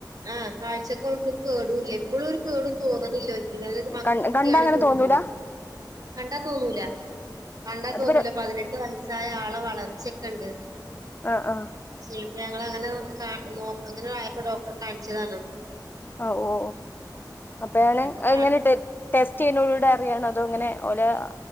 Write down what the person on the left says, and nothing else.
കണ്ട
കണ്ടാ അങ്ങനെ
തോന്നൂല
അത്
വരെ
ആഹ് ആഹ
ഓ ഓ അപ്പഴാണ്
അത്ങ്ങനെ
ഡെഡ്- ടെസ്റ്റ് ചെയ്യുന്നേലൂടെ അറിയാണോ അതോങ്ങനെ ഓല-